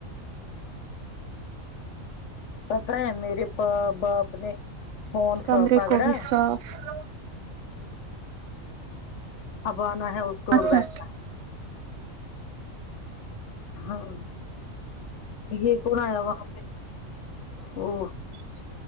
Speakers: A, on the left; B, on the right.
A: پتا ہے میرے پا باپ نے فون
B: کمرے
A: پگڑا
B: کو بھی <inaudible>
A: اب آنا ہے اس کو
B: اچھا
A: اور بیٹھنا ہے ہوں یہ کون آیا وہاں پہ وہ
B: <inaudible>